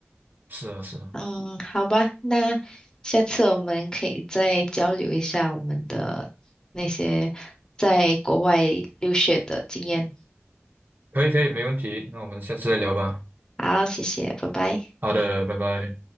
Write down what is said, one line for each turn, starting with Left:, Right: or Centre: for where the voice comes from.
Right: 是啊，是啊，
Left: 嗯，好吧，那下次我们可以再交流一下我们的那些在国外留学的经验。
Right: 可以可以，没问题。那我们下次再聊吧。
Left: 好，谢谢，拜拜。
Right: 好的，拜拜。